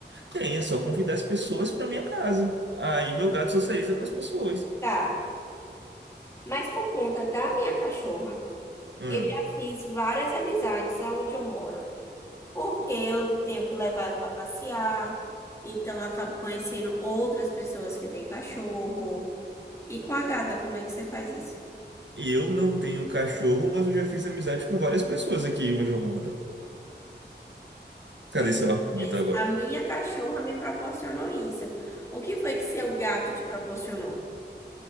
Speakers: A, on the right; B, on the left.
A: Tem, é só convidar as pessoas para minha casa. Aí meu gato socializa com as pessoas.
B: Tá, mas por conta da minha cachorra,
A: Hum.
B: eu já fiz várias amizades aonde eu moro, porque eu tenho que levar ela para passear, então eu acabo conhecendo outras pessoas que têm cachorro. E com a gata, como é que você faz isso?
A: Eu não tenho cachorro, mas eu já fiz amizade com várias pessoas aqui onde eu moro. Cadê
B: Pois é,
A: seu argumento
B: Mas
A: agora?
B: a minha cachorra me proporcionou isso. O que foi que seu gato te proporcionou?